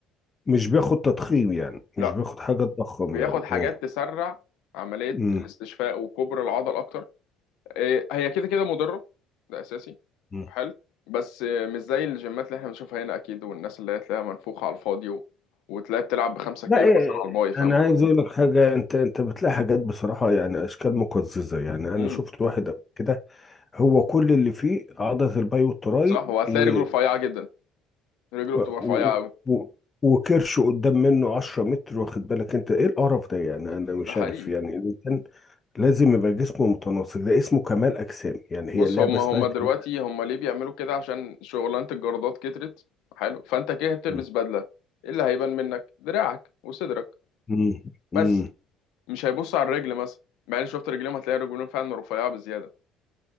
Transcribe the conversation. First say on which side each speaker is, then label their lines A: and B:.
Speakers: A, on the left; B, on the left.
A: مش بياخد تضخيم يعني
B: لا
A: مش بياخد حاجة تضخم
B: بياخد
A: يعني
B: حاجات
A: آه
B: تسرع عمليه
A: مم.
B: الاستشفاء وكبر العضل اكتر إيه، هي كده كده مضره ده اساسي
A: مم.
B: حلو بس آه، مش زي الجيمات اللي احنا بنشوفها هنا اكيد والناس اللي هي تلاقيها منفوخه على الفاضي و... وتلاقيها بتلعب بخمسة
A: لا
B: كيلو
A: إيه،
B: مثلا على الباي فاهم
A: انا عايز
B: و...
A: اقول لك حاجه انت انت بتلاقي حاجات بصراحه يعني اشكال مقززه يعني انا
B: مم.
A: شفت واحد قبل كده هو كل اللي فيه عضله الباي والتراي
B: صح وهتلاقي
A: و...
B: رجله رفيعه جدا رجله
A: و...
B: بتبقى رفيعه قوي
A: و... وكرش قدام منه 10 متر واخد بالك انت ايه القرف ده يعني انا مش
B: ده حقيقي
A: عارف يعني الانسان لازم يبقى جسمه متناسق ده اسمه كمال اجسام يعني
B: بص
A: هي اللعبه
B: هما
A: اسمها
B: هما
A: كمال
B: دلوقتي هما ليه بيعملوا كده عشان شغلانة الجردات كترت حلو فانت كده بتلبس
A: مم.
B: بدلة ايه اللي هيبان منك دراعك وصدرك
A: مم. مم.
B: بس مش هيبص على الرجل مثلا مع ان شفت رجليهم هتلاقي رجلهم فعلا رفيعة بزيادة